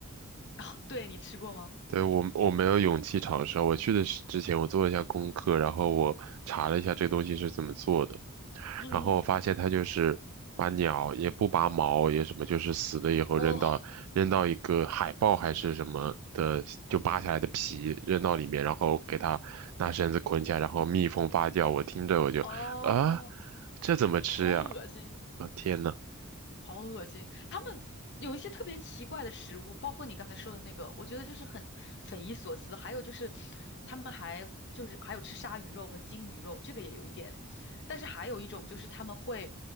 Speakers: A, on the left; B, on the right.
A: <laughs> 啊，对，你吃过吗？
B: 对，我我没有勇气尝试。我去的是之前，我做了一下功课，然后我查了一下这东西是怎么做的，
A: 嗯，
B: 然后我发现它就是把鸟也不拔毛也什么，就是死了以后扔到扔到一个海豹还是什么的，
A: 哦
B: 就扒下来的皮扔到里面，然后给它拿绳子捆起来，然后密封发酵。我听着我就啊，
A: 哦，
B: 这怎么吃呀？
A: 好恶心。
B: 啊天呐，
A: 好恶心！他们有一些特别奇怪的食物，包括你刚才说的那个，我觉得就是很匪夷所思。还有就是，他们还就是还有吃鲨鱼肉和鲸鱼肉，这个也有一点。但是还有一种就是他们会